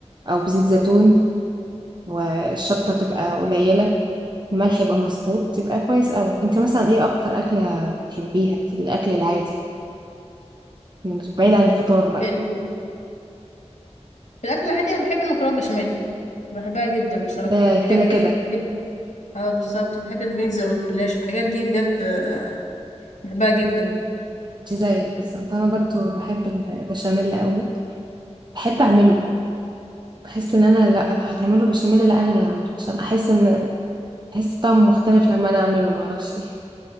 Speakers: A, on the right; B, on the left.
A: او بزيت زيتون والشطة تبقى قليلة الملح يبقى مظبوط تبقى كويس قوي انت مثلا ايه اكتر اكلة بتحبيها في الاكل العادي من- بعيد عن الفطار بقى
B: ال- في الأكل العادي أنا بحب المكرونة بشاميل بحبها جدا بصراحة
A: ده
B: بحب
A: كده كده
B: ال... اه بالظبط بحب البيتزا والجلاش الحاجات دي بجد آه، بحبها جدا
A: انت زيي بالظبط انا برضو بحب البشاميل قوي بحب اعمله بحس ان انا لا لو هتعمله بشاميل لا انا اللي هعمله عشان احس ان احس طعمه مختلف لما انا اعمله ما اعرفش ايه